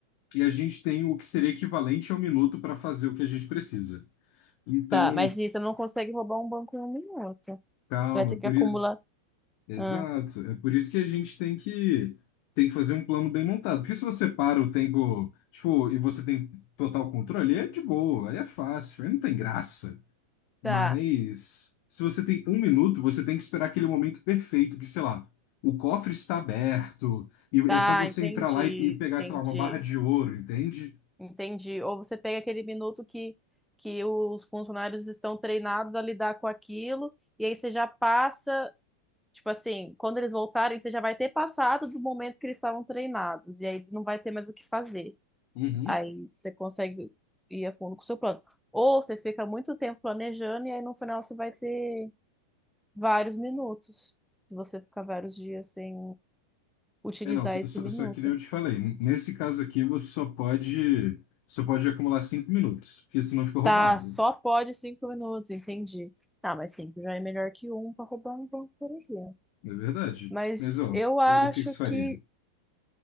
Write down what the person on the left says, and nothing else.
e a gente tem o que seria equivalente a um minuto para fazer o que a gente precisa. Então,
calma,
é por
isso. Exato.
É por isso que a gente tem que tem que fazer um plano bem montado. Porque se você para o tempo, tipo, e você tem total controle, aí é de boa, aí é fácil, aí não tem graça. Mas
se você tem um minuto, você tem que esperar aquele momento perfeito, que, sei lá, o cofre está aberto, e
é só você
entrar lá e, e pegar,
sei lá, uma barra de ouro, entende?
Uhum.
É, não, só,
só
só que nem eu te falei, n- nesse caso aqui você só pode, só pode acumular cinco minutos, porque senão fica roubado.
É verdade.
Mas, ó,
o, o que que você faria?